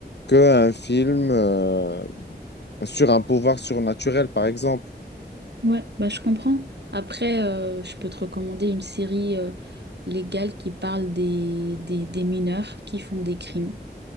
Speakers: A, on the left; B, on the right.
A: qu'un film euh, sur un pouvoir surnaturel, par exemple.
B: Ouais, bah je comprends. Après, euh, je peux te recommander une série euh, légale qui parle des, des, des mineurs qui font des crimes.